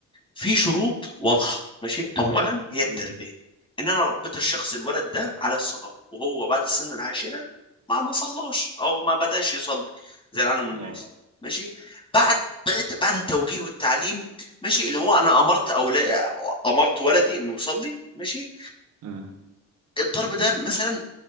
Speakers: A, on the left; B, on the right.
A: في شروط واضحة ماشي أولا هي التربية
B: مم.
A: إن أنا ربيت الشخص الولد ده على الصلاة وهو بعد السن العاشرة ما ما صلاش أو ما بدأش يصلي زي العالم والناس
B: اه
A: ماشي بعد بعد بعد التوجيه والتعليم ماشي اللي هو أنا أمرت أولا أمرت ولدي إنه يصلي ماشي
B: امم
A: الضرب ده مثلا